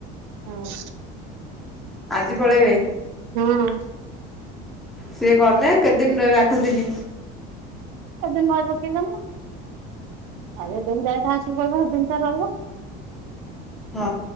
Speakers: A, on the right; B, in the centre.
A: ହଁ।
B: ଆଜି ପଳେଇବେ?
A: ହଁ।
B: ସିଏ ଗଲେ କେତେ ଦିନ ରହିବେ, ଆଠ ଦିନି?
A: କେତେ ଦିନ ରହିବ କିଏ ଜାଣିଲା? ଆଉ ଏ ଦିନ ଯାଇ <unintelligible> ସେଦିନ ତାର ରହିବ।
B: ହଁ।